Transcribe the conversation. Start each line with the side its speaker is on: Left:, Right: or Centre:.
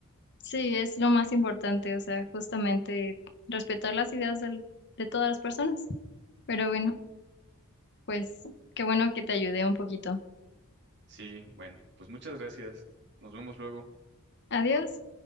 Left: Sí, es lo más importante, o sea, justamente respetar las ideas del- de todas las personas. Pero bueno, pues qué bueno que te ayudé un poquito.
Right: Sí, bueno, pues muchas gracias. Nos vemos luego.
Left: Adiós.